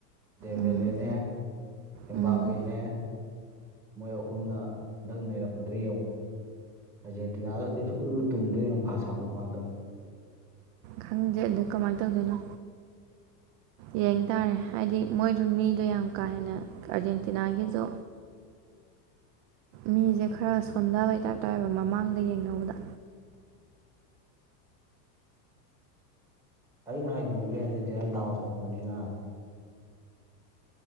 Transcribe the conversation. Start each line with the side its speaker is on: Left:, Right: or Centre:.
Centre: ꯗꯦꯃꯦꯜꯂꯦꯅꯦ
Right: ꯎꯝ
Centre: ꯑꯦꯝꯕꯥꯞꯄꯦꯅꯦ
Right: ꯎꯝ
Centre: ꯃꯣꯏ ꯑꯍꯨꯝꯅ ꯍꯟꯗꯛ ꯅꯩꯔꯛꯄꯗꯨ ꯌꯦꯡꯉꯨ ꯑꯥꯔꯖꯦꯟꯇꯤꯅꯥꯒꯁꯤ ꯁꯨꯔꯨꯁꯨꯔꯨ ꯇꯨꯝꯗꯣꯏꯅꯦ ꯌꯦꯡꯉꯨ ꯐꯥꯁ ꯍꯥꯞ ꯃꯃꯥꯡꯗ
Right: ꯈꯪꯗꯦ ꯑꯗ ꯀꯃꯥꯏꯅ ꯇꯧꯗꯣꯏꯅꯣ ꯌꯦꯡ ꯇꯥꯔꯦ ꯍꯥꯏꯗꯤ ꯃꯣꯏꯗ ꯃꯤꯗꯣ ꯌꯥꯝ ꯀꯥ ꯍꯦꯟꯅ ꯑꯥꯔꯖꯦꯟꯇꯤꯅꯥꯒꯤꯁꯨ ꯃꯤꯖꯦ ꯈꯔ ꯁꯣꯟꯗꯕꯩ ꯇꯥꯞ ꯇꯧꯋꯦꯕ ꯃꯃꯥꯡꯗꯩ ꯌꯦꯡꯅꯧꯕꯗ
Centre: ꯑꯩꯅ ꯍꯥꯏꯗꯣꯏꯅꯦꯕ ꯍꯧꯖꯦꯗꯤꯌꯥ ꯗꯥꯎ ꯆꯪꯉꯛꯄꯅꯤꯅ